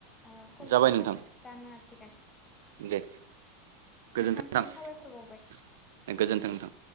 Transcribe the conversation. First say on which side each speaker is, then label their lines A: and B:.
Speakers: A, on the left (about 15°); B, on the right (about 80°).
A: ओ कलखौ
B: जाबाय नोंथां
A: जां दान्नो हासिग
B: दे गोजोनथों
A: नोंथांसिम
B: थां
A: साबायखर बावबाय
B: गोजोन्थों नोंथां।